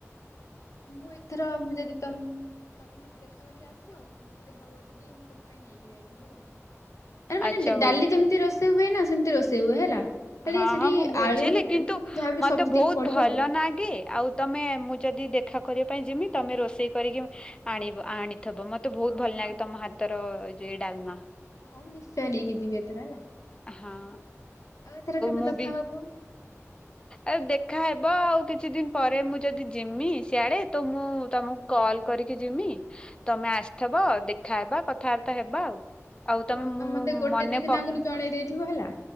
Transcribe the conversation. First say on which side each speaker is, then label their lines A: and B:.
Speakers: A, on the left (about 75°); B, on the left (about 20°).
A: ମୁଁ ଏଥର ମୁଁ ଯଦି ତମ ମତେ ଦେଖା କରିକି ଆସିବ ମୁଁ ଯଦି ହବ ଯଦି ମୁଁ ତମ ପାଇଁ ନେଇକି ଯାଇଥିବି ହେଲା। ଆରେ ମାନେ
B: ଆଚ୍ଛା ହଉ
A: ଡାଲି ଯେମିତି ରୋଷେଇ ହୁଏ ନା ସେମିତି ରୋଷେଇ ହୁଏ ହେଲା। ଖାଲି
B: ହଁ
A: ସେଠି
B: ହଁ ମୁଁ ବୁଝିଲି
A: ଆଳୁ
B: କିନ୍ତୁ
A: ମାନେ ଯାହାବି
B: ମତେ
A: ସବଜି
B: ବହୁତ
A: ଟିକେ ପଡିବ
B: ଭଲ
A: ଆଉ।
B: ନାଗେ ଆଉ ତମେ ମୁଁ ଯଦି ଦେଖା କରିବା ପାଇଁ ଯିମି ତମେ ରୋଷେଇ କରିକି ଆଣିବ ଆଣି ଥବ ମତେ ବହୁତ ଭଲ
A: ହଉ
B: ଲାଗେ ତମ ହାତର ଯେ ଡାଲମା।
A: ହଁ ମୁଁ ନିଶ୍ଚୟ ନେଇକି ଯିବି ଏଥର ହେଲା
B: ହଁ
A: ଆଉ ଏଥର କେବେ
B: ମୁଁ
A: ଦେଖାହବା
B: ବି
A: କୁହ?
B: ଆଉ ଦେଖାହବ ଆଉ କିଛି ଦିନ ପରେ ମୁଁ ଯଦି ଯିମି ସିଆଡେ ତ ମୁଁ ତମକୁ କଲ କରିକି ଯିମି ତମେ ଆସିଥିବ ଦେଖାହବା କଥାବାର୍ତ୍ତା ହେବା ଆଉ ଆଉ
A: ହଉ
B: ମୁଁ
A: ତମେ ମୋତେ ଗୋଟେ
B: ମନେ
A: ଦି ଦିନ
B: ପ
A: ଆଗରୁ ଜଣେଇ ଦେଇଥିବ ହେଲା।